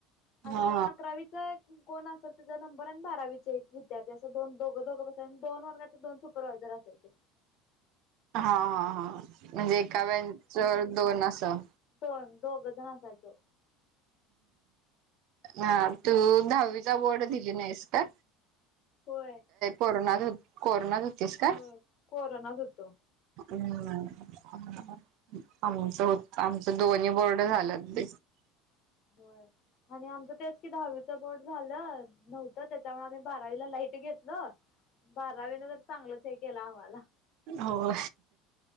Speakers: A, on the left; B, on the right.
A: आणि
B: हा
A: अकरावीचा कोण असेल त्याचा नंबर आणि बारावीचे एक विद्यार्थी असं दोन दो दोघ ब दोन वर्गाचे दोन प्रयजर असायचं
B: हा हा हा म्हणजे एका ब्याच दोन असं
A: हो दोघजण असायचो
B: ह तू दहावीचा बोर्ड दिले नाहीस का?
A: होय.
B: कोरोना कोरोनात होतीस का?
A: होय कोरोनाच होतो
B: हम्म. आमचं होत आमचं दोन्ही बोर्ड झालंत
A: होय आणि आमचं तेच दहावीत बोट झालं नव्हतं त्याच्यामुळे आम्ही बारावीला लाईट घेतलं बारावीन तर चांगलंच हे केला आम्हाला
B: हो